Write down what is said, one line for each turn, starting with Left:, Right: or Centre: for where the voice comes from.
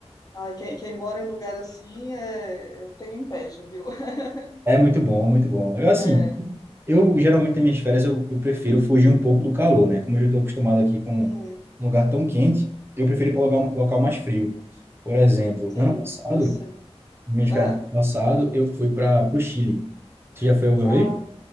Left: Ah, quem, quem mora em lugar assim, é, eu tenho inveja, viu? <laughs>
Right: É muito bom, é muito bom. Eu, assim,
Left: É,
Right: eu geralmente nas minhas férias eu, eu prefiro fugir um pouco do calor, né? Como eu já estou acostumado aqui com
Left: sim,
Right: um lugar tão quente, eu prefiro ir para um local, local mais frio. Por exemplo,
Left: sim,
Right: ano passado,
Left: eu sei.
Right: minhas férias
Left: Ah,
Right: do ano passado, eu fui para o Chile. Você já foi alguma
Left: ah,
Right: vez?